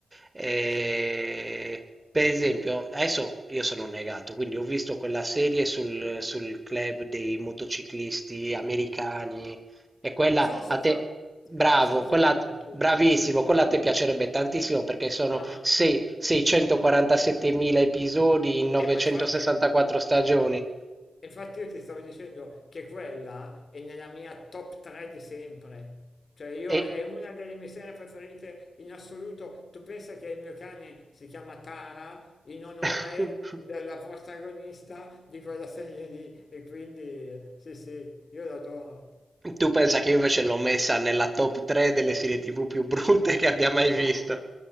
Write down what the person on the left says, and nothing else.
Sì, sì.
Sono soffa-
sono soffermato.
No, ma,
eh, ma infatti,
infatti io ti stavo dicendo che quella è nella mia top 3 di sempre. Cioè io
è una delle mie serie preferite in assoluto. Tu pensa che il mio cane si chiama Tara in onore
della protagonista di quella serie lì e quindi sì sì, io l'adoro.
No,